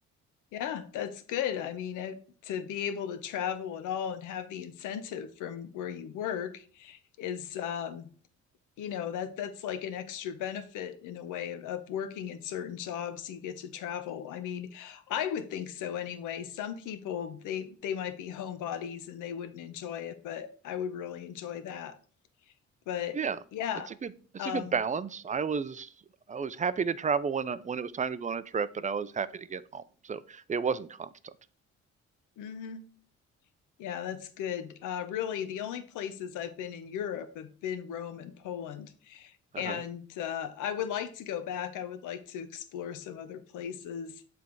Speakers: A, on the left (about 85°); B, on the right (about 25°).
A: Yeah, that's good. I mean, I, to be able to travel at all and have the incentive from where you work is, um, you know, that that's like an extra benefit in a way of, of working in certain jobs. You get to travel. I mean, I would think so anyway. Some people they they might be homebodies and they wouldn't enjoy it, but I would really enjoy that. But
B: Yeah,
A: yeah,
B: it's a good it's
A: um,
B: a good balance. I was I was happy to travel when I, when it was time to go on a trip, but I was happy to get home. So it wasn't constant.
A: mm-hmm. Yeah, that's good. Uh, really, the only places I've been in Europe have been Rome and Poland.
B: Uh-huh.
A: And uh, I would like to go back. I would like to explore some other places.